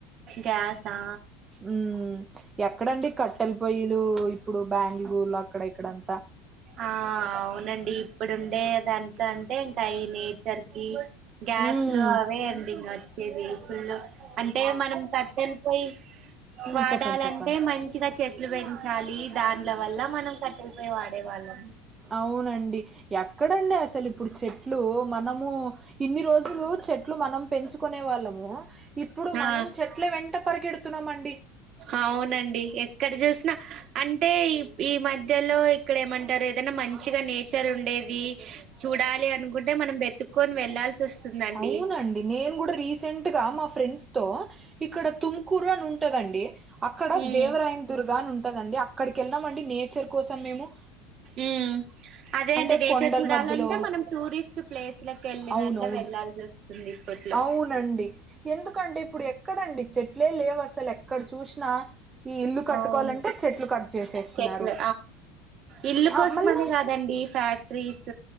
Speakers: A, on the right; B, on the right.
A: గ్యాస్ ఆ
B: మ్ ఎక్కడండి కట్టెల పొయ్యలు ఇప్పుడు బెంగళూరులో అక్కడ ఇక్కడంతా?
A: ఆ అవునండి ఇప్పుడుండేదంటంటే ఇంకా ఈ నేచర్ కి గ్యాస్
B: మ్
A: లు అవే అండి ఇగ వచ్చేది ఫుల్లు, అంటే మనం కట్టలి పోయి.
B: మ్
A: వాడాలంటే
B: చెప్పండి చెప్పండి
A: మంచిగా చెట్లు పెంచాలి డాండ్ల వల్ల మనం కట్టెలిపోయే వాడే వాళ్ళం.
B: అవునండి ఎక్కడండి అసలు. ఇప్పుడు చెట్లు మనము ఇన్ని రోజులు చెట్ చెట్లు మనం పెంచుకునే వాళ్ళము ఇప్పుడు
A: ఆ
B: మనం చెట్ల వెంట పరిగెడుతున్నామండి.
A: అవునండి ఎక్కడ చూసినా అంటే ఈ ఈ మధ్యలో ఇక్కడ ఏమంటారు ఏదైనా మంచిగా నేచర్ ఉండేది. చూడాలి అనుకుంటే మనం వెతుకొని వెళ్లాల్సి వస్తుందండి.
B: అవునండి నేను కూడా రీసెంట్ గా మా ఫ్రెండ్స్ తో ఇక్కడ తుమ్కూరు అని ఉంటాదండి. అక్కడ
A: ఉమ్
B: దేవరాయన్ దుర్గా అని ఉంటాదండి అక్కడికి వెళ్ళామండి నేచర్ కోసం మేము.
A: మ్ అదే అండి
B: అంటే
A: నేచర్
B: కొండల
A: చూడాలంటే
B: మధ్యలో
A: మనం టూరిస్ట్ ప్లేస్ లకి వెళ్లినాక
B: అవునవును
A: వెళ్లాల్సి వస్తుంది. ఇప్పట్లో
B: అవునండి ఎందుకంటే ఇప్పుడు ఎక్కడండి చెట్లే లేవు అసలు ఎక్కడ చూసినా ఈ ఇల్లు కట్టుకోవాలంటే
A: అవును
B: చెట్లు కట్ చేసేస్తున్నారు
A: చెట్లు. ఇల్లు
B: ఆ
A: కోసం
B: మళ్ళా
A: అనే కాదండి ఫ్యాక్ట రీస్